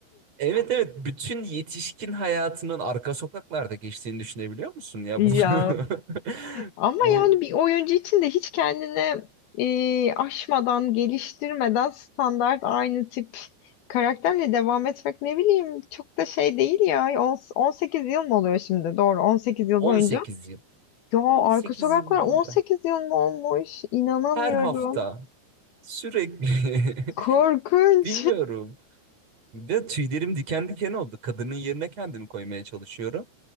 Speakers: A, on the right (about 35°); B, on the left (about 65°).
A: Evet evet bütün yetişkin hayatının arka sokaklarda geçtiğini düşünebiliyor musun ya
B: Ya
A: bunu? <laughs>
B: ama
A: Bu
B: yani bir oyuncu için de hiç kendine e, aşmadan, geliştirmeden standart aynı tip karakterle devam etmek ne bileyim çok da şey değil ya. On- 18 yıl mı oluyor şimdi? Doğru 18 yıl
A: 18
B: boyunca.
A: yıl.
B: Ya Arka
A: 18
B: Sokaklar
A: yıl boyunca
B: 18 yıl mı olmuş? İnanamıyorum.
A: her hafta sürekli
B: Korkunç.
A: <laughs> bilmiyorum De tüylerim diken diken oldu. Kadının yerine kendimi koymaya çalışıyorum.